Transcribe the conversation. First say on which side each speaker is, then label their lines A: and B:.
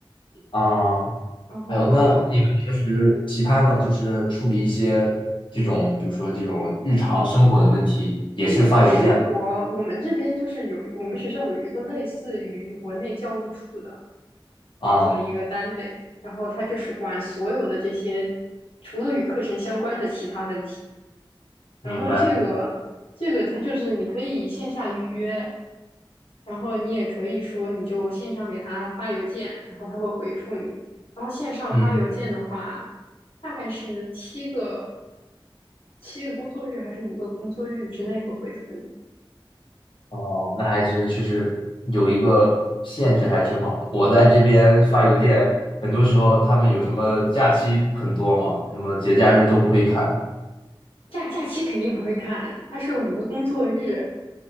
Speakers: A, on the left (about 60°); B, on the left (about 85°).
A: 啊，
B: 然后
A: 还有那那你们平时其他呢，就是处理一些这种，比如说这种日常生活的问题，也是发邮件
B: 日常生活，我们这边就是有我们学校有一个类似于国内教务处的。
A: 啊？
B: 这么一个单位，然后他就是管所有的这些，除了与课程相关的其他问题。
A: 明白了
B: 然后这个这个他就是你可以线下预约，然后你也可以说你就线上给他发邮件，然后他会回复你。然后线上发邮件的话，
A: 嗯，
B: 大概是七个七个工作日还是五个工作日之内会回复你。
A: 哦，那还是确实有一个限制，还挺好的。我在这边发邮件，很多时候他们有什么假期很多嘛，什么节假日都不会看，
B: 假假期肯定不会看，它是五个工作日，